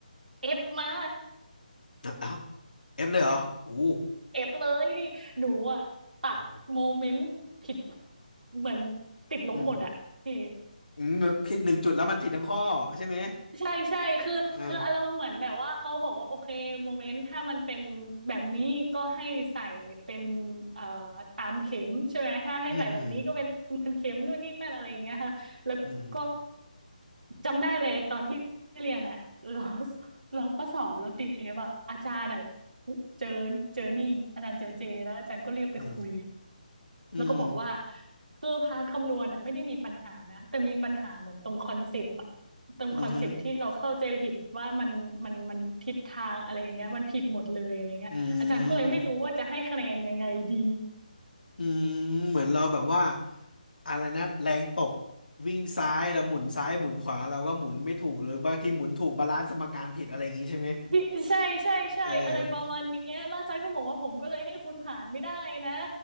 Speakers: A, on the right; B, on the left.
A: เอฟมา
B: อ้าวเอฟเลยเหรออู้
A: เอฟเลยพี่หนูอ่ะตัดโมเมนต์ผิด
B: อ๋อ
A: เหมือนติดลบหมดอ่ะพี่
B: อืมอืมผิดหนึ่งจุดแล้วมันผิดทั้งข้อใช่ไหม
A: ใช่ใช่คือคืออารมณ์เหมือนแบบว่าเขาบอกว่าโอเคโมเมนต์ถ้ามันเป็นแบบนี้ก็ให้ใส่เป็น
B: อ่า
A: เอ่อตามเข็มใช่ไหมถ้าให้ใส่แบบนี้ก็เป็นมันเข็มนู่นนี่นั่นอะไรอย่างเงี้ยค่ะแล้วก็
B: อืมอืมอืม
A: จำได้เลยตอนที่เรียนอ่ะเราเราก็สอบแล้วติดเอฟอ่ะอาจารย์อ่ะเจอเจอนี่อาจารย์เจอเจแล้วอาจารย์ก็เรียกไปคุย
B: อืมอืม
A: แล้วก็บอกว่าคือพาร์ทคำนวณอ่ะไม่ได้มีปัญหานะแต่มีปัญหาเหมือนตรงคอนเซปต์ ตรงคอนเซปต์ที่เราเข้าใจผิดว่ามันมันมันทิศทางอะไรอย่างเงี้ยมันผิดหมดเลยอะไรเงี้ยอาจารย์ก็เลยไม่รู้ว่าจะให้คะแนนยังไงดี
B: อืมอืม อืมเหมือนเราแบบว่าอะไรนะแรงตกวิ่งซ้ายแล้วหมุนซ้ายหมุนขวาเราก็หมุนไม่ถูกหรือบางทีหมุนถูกบาลานซ์สมการผิดอะไรอย่างงี้ใช่ไหม
A: <laughs> พี่ใช่ใช่ใช่อะไรประมาณเนี้ยแล้วอาจารย์ก็บอกว่าผมก็เลยให้คุณผ่านไม่ได้นะ
B: เออ